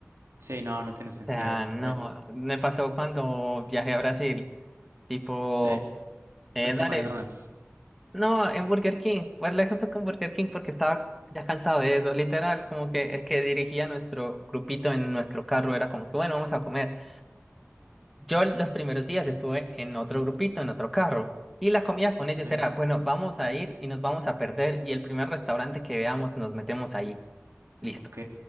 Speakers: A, on the right; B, in the centre.
A: Sí, no, no tiene sentido.
B: O sea, no,
A: Eh,
B: me pasó cuando viajé a Brasil, tipo,
A: sí,
B: eh,
A: fuiste
B: dale.
A: en McDonald's.
B: No, en Burger King. Bueno, el ejemplo con Burger King porque estaba ya cansado de eso. Literal, como que el que dirigía nuestro grupito en nuestro carro era como que, bueno, vamos a comer. Yo los primeros días estuve en otro grupito, en otro carro. Y la comida con ellos
A: Sí,
B: era, bueno, vamos a ir y nos vamos a perder. Y el primer restaurante que veamos nos metemos ahí. Listo.
A: ok.